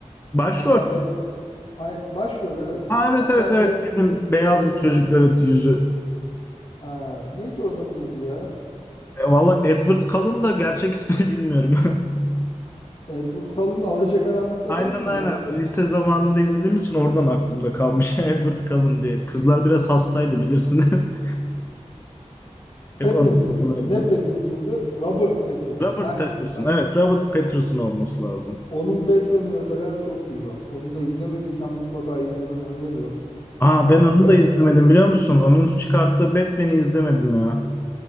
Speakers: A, on the left; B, on the left.
A: Başrol.
B: Hatta
A: mü?
B: Batman Ay, başrol evet.
A: Ha evet
B: Hatta
A: evet evet.
B: Be-
A: Benim beyaz
B: Batman
A: bir
B: oldu.
A: çocuk evet yüzü.
B: Aa, neydi o adamın adı ya?
A: E, valla Edward Cullen da gerçek ismini bilmiyorum. <laughs>
B: Edward Cullen Alacakaranlık'ta
A: Aynen
B: değil mi
A: aynen.
B: ya?
A: Lise zamanında izlediğimiz için oradan aklımda kalmış <laughs> Edward Cullen diye. Kızlar biraz hastaydı bilirsin. <laughs> Hep
B: Pattinson.
A: anlatıyorlardı.
B: Ne Pattinson'dı? Robert Pattinson.
A: Robert
B: Heh,
A: Pattinson.
B: bak.
A: Evet, Robert Pattinson olması lazım.
B: Onun Batman'i mesela çok iyi bak. Onu da izlemediysen mutlaka izlemeni öneririm.
A: Aa
B: Ya
A: ben onu
B: be
A: da izlemedim biliyor musun? Onun çıkarttığı Batman'i izlemedim ya.